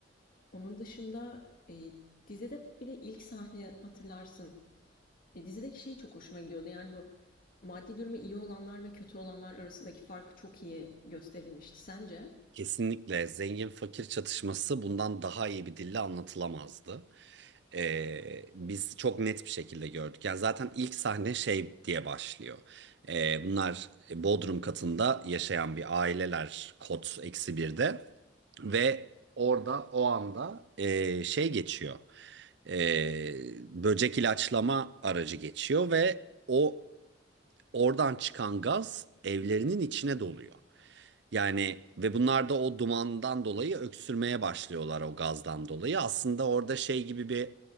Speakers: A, on the left; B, on the right.
A: Onun dışında e, dizide bir de ilk sahne hatırlarsın. E, dizideki şey çok hoşuma gidiyordu. Yani bu maddi durumu iyi olanlar ve kötü olanlar arasındaki fark çok iyi gösterilmişti. Sence?
B: Kesinlikle zengin fakir çatışması bundan daha iyi bir dille anlatılamazdı. Ee, biz çok net bir şekilde gördük. Yani zaten ilk sahne şey diye başlıyor. Ee, bunlar Bodrum katında yaşayan bir aileler kod eksi birde ve orada o anda ee, şey geçiyor. Ee, böcek ilaçlama aracı geçiyor ve o oradan çıkan gaz evlerinin içine doluyor. Yani ve bunlar da o dumandan dolayı öksürmeye başlıyorlar o gazdan dolayı. Aslında orada şey gibi bir